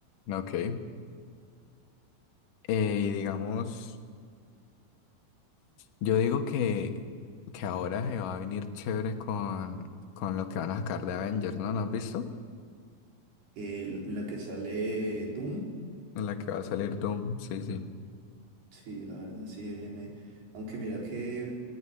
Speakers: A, on the left; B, on the right.
A: Ok. Eh, y digamos, yo digo que, que ahora se va a venir chévere con, con lo que van a sacar de Avengers, ¿no? ¿No has visto?
B: el- en la que sale Doom.
A: En la que va a salir Doom, sí, sí.
B: Sí, la verdad, sí viene. Aunque mira que